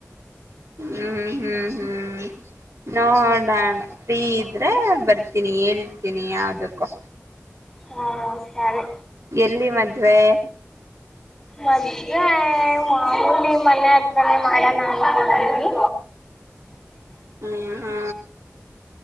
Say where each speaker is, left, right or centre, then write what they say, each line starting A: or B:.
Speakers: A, on the right; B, in the centre.
A: ಹ್ಮ್ ಹ್ಮ್ ಹ್ಮ್ ನೋಡಣ <inaudible> ಫ್ರೀ ಇದ್ರೆ ಬರ್ತೀನಿ ಹೇಳ್ತೀನಿ ಯಾವದಕ್ಕೋ
B: ಹಾ ಸರಿ
A: ಎಲ್ಲಿ ಮದ್ವೆ
B: ಮದ್ವೆ ಮಾಮೂಲಿ ಮನೆ ಹತ್ರನೇ ಮಾಡೋಣ ಅನ್ಕೋಡಿವಿ
A: ಹ ಹಾ